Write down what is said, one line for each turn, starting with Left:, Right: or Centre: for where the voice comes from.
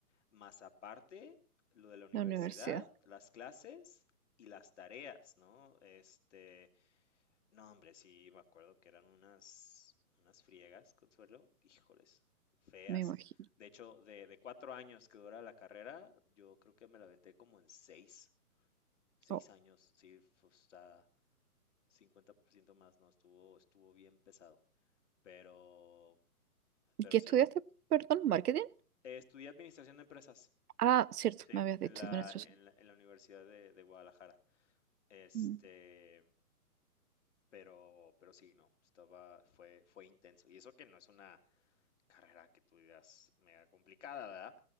Left: Más aparte, lo de la universidad,
Right: <laughs> la universidad.
Left: las clases y las tareas, ¿no? Este, no, hombre, sí, me acuerdo que eran unas, unas friegas, Consuelo, híjoles, feas.
Right: me imagino.
Left: De hecho, de, de cuatro años que dura la carrera, yo creo que me la aventé como en seis, seis
Right: Oh,
Left: años, sí, fue- hasta 50% más, ¿no? Estuvo, estuvo bien pesado, pero,
Right: ¿y
Left: pero
Right: ¿Qué
Left: sí.
Right: estudiaste? Perdón, marketing.
Left: Eh, Estudié administración de empresas,
Right: Ah, cierto,
Left: sí,
Right: me habías
Left: en
Right: dicho
Left: la,
Right: administración.
Left: en la, en la Universidad de de Guadalajara. Este,
Right: Mm.
Left: pero, pero sí, no, estaba, fue, fue intenso. Y eso que no es una carrera que tú digas mega complicada, ¿verdad?